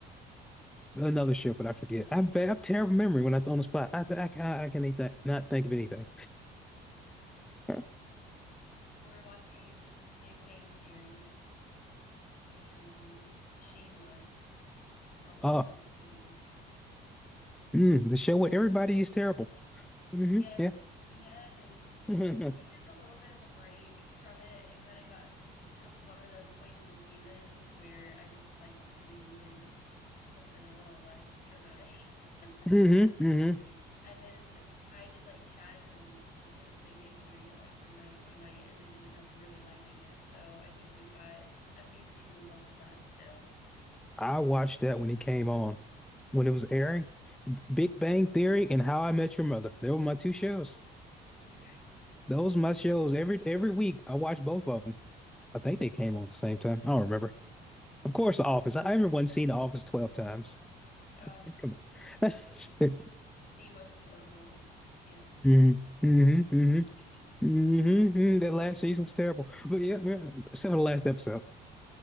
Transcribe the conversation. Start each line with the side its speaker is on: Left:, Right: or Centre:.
Centre: Another ship, but I forget. I'm bad. I'm terrible memory when I throw on the spot. I I, I, can I can eat that. Not think of anything. <laughs>
Left: We're watching Big Bang Theory and Shameless. We're almost
Centre: Huh.
Left: done
Centre: Oh,
Left: with Shameless.
Centre: mm, the show with everybody is terrible. hmm
Left: Yes,
Centre: yeah.
Left: yes.
Centre: <laughs> hmm
Left: We took a little bit of a break from it. It kind of got to one of those points in the season where I just like I kind of needed something a little less dramatic. <laughs>
Centre: hmm
Left: And then I just like casually chose Big Bang Theory at like midnight one night and then ended up really liking it. So I think we've got a few seasons left of that still.
Centre: I watched that when it came on, when it was airing. Big
Left: Mhm.
Centre: Bang Theory and How I Met Your Mother. They were my two shows.
Left: <laughs>
Centre: Those were my shows. Every every week I watched both of them. I think they came on at the same time. I don't remember. Of course, The Office. I I remember one seen The Office 12 times.
Left: Ugh,
Centre: <laughs> Come on.
Left: yeah.
Centre: <laughs>
Left: The most quotable. Yes.
Centre: hmm hmm
Left: <laughs>
Centre: hmm hmm That last season was terrible. But yeah, yeah, except for the last episode.